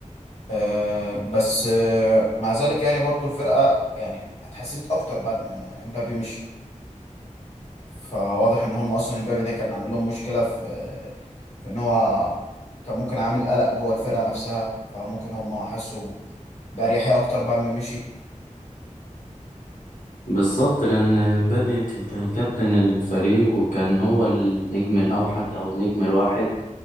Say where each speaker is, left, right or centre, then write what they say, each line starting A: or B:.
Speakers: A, on the left; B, on the left.
A: آه بس آه مع ذلك يعني برضو الفرقه يعني اتحسنت اكتر بعد ما امبابي مشي فواضح ان هم اصلا امبابي ده كان عامل لهم مشكله في في ان هو كان ممكن عامل قلق جوه الفرقه نفسها فممكن هم حسوا باريحيه اكتر بعد ما مشي
B: بالظبط لأن مبابي يمكن كان كابتن الفريق وكان هو النجم الأوحد أو النجم الواحد